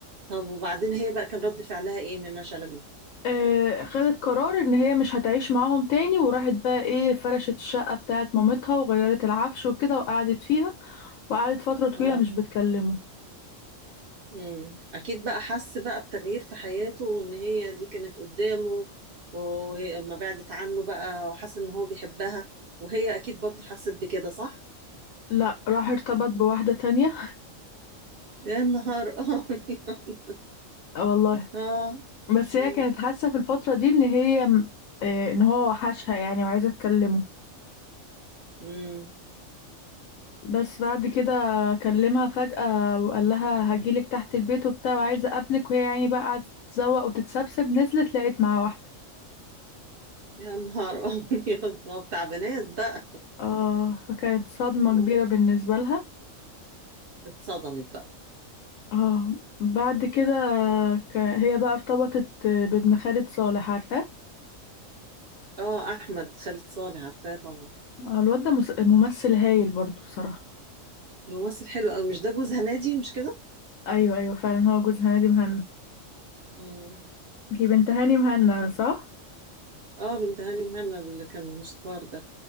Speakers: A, on the right (about 60°); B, on the left (about 75°).
A: طب وبعدين هي بقى كان رد فعلها ايه منى شلبي
B: آه، خدت قرار ان هي مش هتعيش معاهم تاني وراحت بقى ايه فرشت الشقة بتاعت مامتها وغيرت العفش وكده وقعدت فيها وقعدت فترة طويلة
A: اه
B: مش بتكلمه
A: امم اكيد بقى حس بقى بتغيير في حياته وان هي دي كانت قدامه وهي لما بعدت عنه بقى وحس ان هو بيحبها وهي اكيد برضو حست بكده صح
B: لا راح ارتبط بواحدة تانية
A: يا نهار ابيض <laughs>
B: <laughs> آه، والله
A: اه
B: بس هي
A: امم
B: كانت حاسة في الفترة دي ان هي م- آه، ان هو وحشها يعني وعايزة تكلمه
A: امم
B: بس بعد كده كلمها فجأة وقال لها هجيلك تحت البيت وبتاع وعايزة اقابلك وهي يعني بقى قعدت تتزوق وتتسبسب نزلت لقيت معاه واحدة
A: يا نهار <laughs> ابيض ما هو بتاع بنات بقى
B: اه فكانت صدمة
A: آه،
B: كبيرة بالنسبة لها
A: اتصدمت بقى
B: اه بعد كده ك- هي بقى ارتبطت بابن خالد صالح عارفاه
A: اه احمد خالد صالح عارفاه طبعا
B: آه، الواد ده مس- ممثل هايل برضو بصراحة
A: ممثل حلو قوي مش ده جوز هنادي مش كده
B: ايوه ايوه فعلا هو جوز هنادي مهنا
A: امم
B: دي بنت هاني مهنا صح
A: اه بنت هاني مهنا اللي كان الموسيقار ده